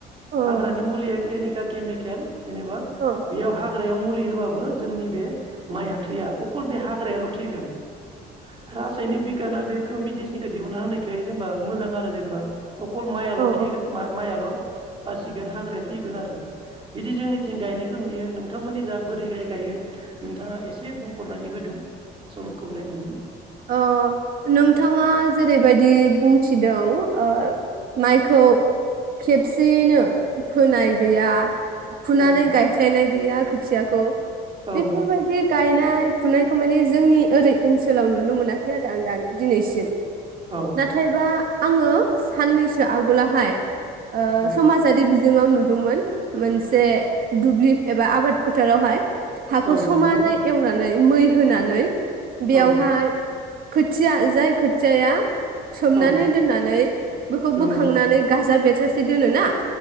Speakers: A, on the right; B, on the right.
A: औ
B: हाग्रानिमुलिया केमिकेल केमे- केेल जेनेबा
A: औ
B: बेयावहा हाग्रायाव मुलि होबाबो जोंनि बे माइया थैया अकल बे हाग्रायाल' थैगोन। रासायनि बिगाना बे मेदिसिनखौ दिहुनना होनायखाय जेनेबा मोजां आरो जेनेबा अकल माइल'
A: औ
B: थैगो मा-माइल' बासिगोन हाग्राया थैगोन आरो बिदि जोंनिथिं गायनाय खौ नुयो नोंथांमोननि जा बोरै गाय- गायो नोंथाङा एसे बुंफोरनानै होदो समखौ नायनानै
A: अ नोंथाङा जेरैबायदि बुंथिदों माइखौ अ खेबसेयैनो फोनाय गैया फुनानै
B: औ
A: गायस्लायनाय गैया खोथियाखौ
B: औ
A: बेफोरबायदि गायनाय फुनायखौ माने जोंनि ओरै ओनसोलाव नु- नो मोनाखै आरो आं दान दिनैसिम।
B: औ
A: नाथायबा आङो साननैसो आगोलाहाय अ
B: औ
A: समाजारि बि- जों आव नुदोंमोन मोनसे दुब्लि एबा आबाद फोथारावहाय हाखौ
B: औ
A: समानै
B: नंगौ
A: एवनानै मै होनानै बेवहाय
B: औ
A: खोथिया जाय खोथियाया सोमनानै
B: औ
A: दोननानै बेखौ
B: नंगौ
A: बोखांनानै गाजा बेर जासे दोनोना